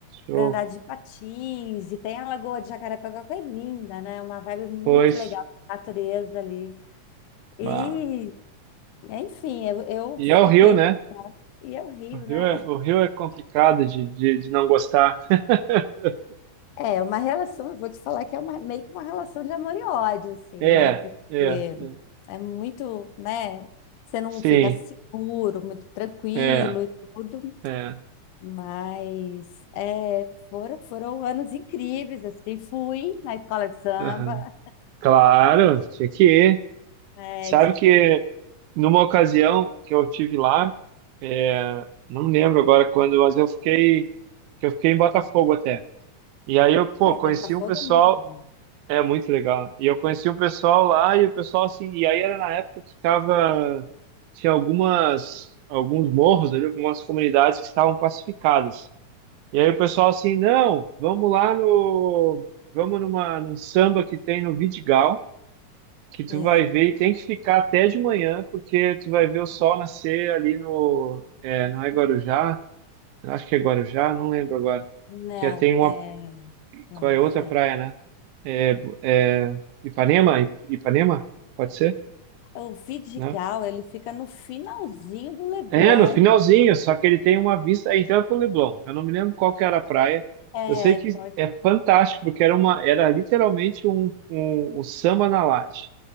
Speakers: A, on the right; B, on the left.
A: Show.
B: para andar de patins, e tem a Lagoa de Jacarepaguá, que é linda, né? Uma vibe muito
A: Pois.
B: legal, natureza ali. E,
A: Bah.
B: enfim, eu, eu
A: E é o
B: fiquei
A: Rio, né?
B: e é o Rio,
A: O Rio
B: né?
A: é, o Rio é complicado de, de, de não gostar. <laughs>
B: É é uma relação, eu vou te falar que é uma, meio que uma relação de amor e ódio, assim,
A: É,
B: né? Porque
A: é, é.
B: é muito, né? Você não
A: Sim,
B: fica seguro, muito tranquilo
A: é,
B: e tudo,
A: é.
B: mas é, foram, foram anos incríveis, assim, fui na escola de samba,
A: Aham. Claro, tinha que ir.
B: né?
A: Sabe
B: Tinha
A: que
B: 15,
A: numa ocasião que eu tive lá, é, não lembro agora quando, mas eu fiquei, que eu fiquei em Botafogo até. E aí eu, pô,
B: ai,
A: conheci
B: Botafogo
A: um pessoal
B: é muito bom.
A: É muito legal. E eu conheci um pessoal lá e o pessoal assim, e aí era na época que tava, tinha algumas, alguns morros ali, algumas comunidades que estavam pacificadas. E aí o pessoal assim, não, vamos lá no, vamos numa, num samba que tem no Vidigal, que tu
B: É,
A: vai ver e tem que ficar até de manhã, porque tu vai ver o sol nascer ali no, é, não é Guarujá, acho que é Guarujá, não lembro agora,
B: não,
A: que é- tem uma
B: é, não,
A: qual
B: não
A: é a
B: sei.
A: outra praia, né? É, é Ipanema? I- Ipanema? Pode ser?
B: É, O Vidigal,
A: Não?
B: ele fica no finalzinho do Leblon,
A: É, no finalzinho, só que ele tem uma vista. Então é pro Leblon. Eu não me lembro qual que era a praia.
B: é,
A: Eu sei que
B: pode
A: é fantástico, porque era uma, era literalmente um, um, um samba na laje.